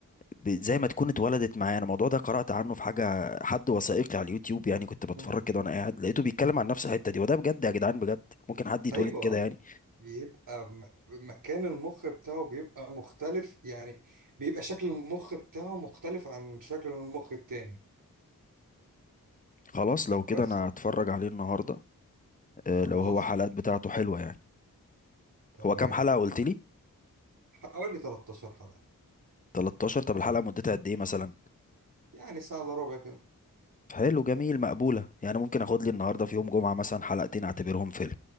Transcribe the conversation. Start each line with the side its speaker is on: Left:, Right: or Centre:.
Left: ب- زي ما تكون اتولدت معاه انا الموضوع ده قرأت عنه في حاجة حد وثائقي على اليوتيوب يعني كنت بتفرج
Right: لأنهم
Left: كده وانا قاعد لقيته بيتكلم عن نفس الحتة دي وده بجد يا جدعان بجد ممكن حد يتولد
Right: أيوه
Left: كده يعني
Right: بيبقى م- مكان المخ بتاعه بيبقى مختلف يعني بيبقى شكل المخ بتاعه مختلف عن شكل المخ التاني
Left: خلاص لو كده
Right: بس
Left: انا هتفرج عليه النهارده آه،
Right: خلاص
Left: لو هو حلقات بتاعته حلوه يعني
Right: تمام
Left: هو كام حلقه قلت لي
Right: حوالي 13 حلقة
Left: 13 طب الحلقه مدتها قد ايه مثلا
Right: يعني ساعة إلا ربع كده
Left: حلو جميل مقبوله يعني ممكن اخد لي النهارده في يوم جمعه مثلا حلقتين اعتبرهم فيلم